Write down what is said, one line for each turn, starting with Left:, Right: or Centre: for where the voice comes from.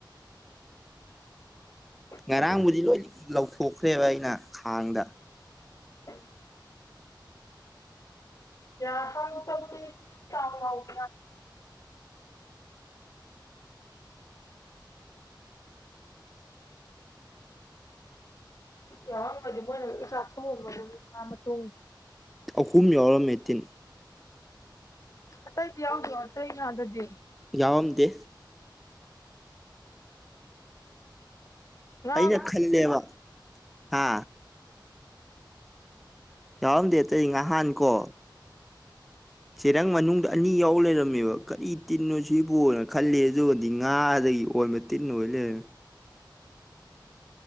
Left: ꯑ
Centre: ꯉꯔꯥꯡꯕꯨꯗꯤ ꯂꯣꯏ ꯂꯧꯊꯣꯛꯈ꯭ꯔꯦꯕ ꯑꯩꯅ ꯈꯥꯡꯗ
Left: <unintelligible> ꯌꯥ <unintelligible> ꯇꯥꯎ ꯑ ꯌꯥꯎꯃꯗꯤ ꯃꯣꯏꯅ ꯆꯥ ꯊꯣꯡꯑꯕ ꯇ
Centre: ꯑꯍꯨꯝ ꯌꯥꯎꯔꯝꯃꯦ ꯇꯤꯟ
Left: ꯑꯁꯥꯏꯗꯤ ꯌꯥꯎꯗꯣ ꯀ ꯉꯗꯗꯤ
Centre: ꯌꯥꯋꯥꯝꯗꯤ
Left: ꯉꯥ
Centre: ꯑꯩꯅ
Left: ꯅꯦꯠꯋꯥꯛ
Centre: ꯈꯜꯂꯦꯕ ꯍꯥ ꯌꯥꯎꯔꯝꯗꯦ ꯑꯇꯩ ꯉꯍꯥꯟ ꯀꯣ ꯆꯦꯔꯪ ꯃꯅꯨꯡꯗ ꯑꯅꯤ ꯌꯥꯎ ꯂꯩꯔꯝꯃꯦꯕ ꯀꯔꯤ ꯇꯤꯟꯅꯣ ꯁꯤꯕꯣꯅ ꯈꯜꯂꯤ ꯑꯗꯨꯒꯗꯤ ꯉꯥꯗꯒꯤ ꯑꯣꯟꯕ ꯇꯤꯟꯅ ꯑꯣꯏ ꯂꯩꯔꯃꯤ